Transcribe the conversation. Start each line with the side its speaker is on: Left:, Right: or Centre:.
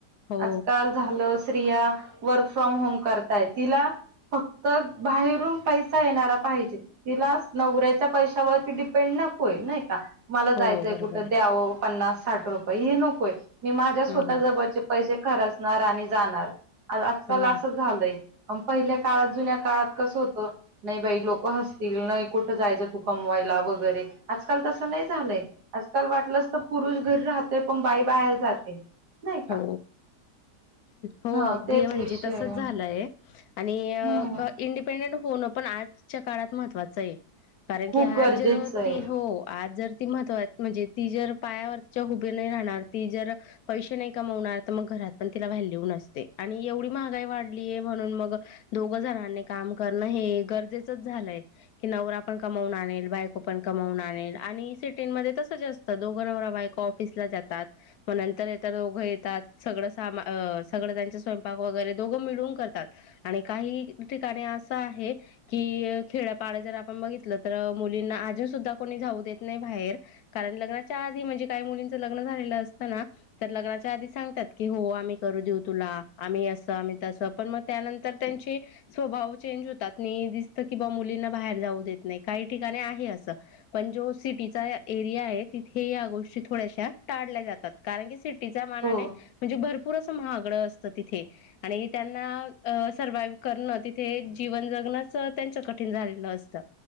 Left: हो
Right: आजकाल झालं स्त्रिया वर्क फ्रॉम होम करताय तिला फक्त बाहेरून पैसा येणारा पाहिजे तिलाच नवऱ्याच्या पैशावरती डिपेंड नकोय नाही का? मला
Left: हो
Right: जायचंय
Left: बरोबर
Right: कुठं
Left: आहे
Right: द्यावं पन्नास साठ रुपये हे नकोय मी माझ्या स्वतः
Left: हम् हम्
Right: जवळचे पैसे खरचणार आणि जाणार आजकाल
Left: हम्
Right: असं झालंय पहिल्या काळात जुन्या काळात कसं होतं? नाही बाई लोक हसतील नाही कुठं जायचं तू कमवायला वगैरे आजकाल तसं नाही झालंय. आजकाल वाटलंस तर पुरुष घरी राहतेय पण बाई बाहेर जाते. नाही का
Left: हो. हो
Right: हां,
Left: अगदी
Right: तेच
Left: म्हणजे
Right: विषय
Left: तसच
Right: आहे.
Left: झालंय आणि अं
Right: हं,
Left: इंडिपेंडेन्ट डिपेंडेंट होणं पण आजच्या काळात महत्त्वाचं आहे. कारण
Right: खूप
Left: की आज
Right: गरजेचं
Left: जर
Right: आहे.
Left: ती हो आज जर महतवा म्हणजे ती जर पायावरच्या हुभे नाही राहणार ती जर पैशे नाही कमवणार तर मग घरात पण तिला व्हॅल्यू नसते आणि एवढी महागाई वाढलीय म्हणून मग दोघ जणांनी काम करणं हे गरजेचंच झालंय की नवरा पण कमावून आनेल बायको पण कमावून आणेल आणि सिटीमध्ये तसं जा असत. दोघ नवरा बायको ऑफिसला जातात मग नंतर येताना घ येतात सगळं सामा सगळं त्यांचे स्वयंपाक वगैरे दोघं मिळून करतात. आणि काही ठिकाणी असं आहे. कि खेड्यापाड जर आपण बघितलं तर मुलींना अजून सुद्धा कोणी जाऊ देत नाही बाहेर. कारण लग्नाच्या आधी म्हणजे काही मुलींच लग्न झालेलं असत ना तर लग्ना ते आधी सांगतात की हो आम्ही करू देऊ तुला, आम्ही अस आम्ही तस पण मग त्यानंतर त्यांची स्वभाव चेंज होतात नीं दिसत कि बा मुलींना बाहेर जाऊ देत नाही काही ठिकाणी आहे असं पण जो सिटीचा एरिया आहे तिथे या गोष्टी थोड्याशा टाळल्या जातात कारण की सिटी तिच्या मानाने
Right: हो,
Left: म्हणजे भरपूर असं महागड असत तिथे आणि त्यांना अ सर्वाइव करणं तिथे जीवन जगणंच त्यांच कठीण झालेलं असतं.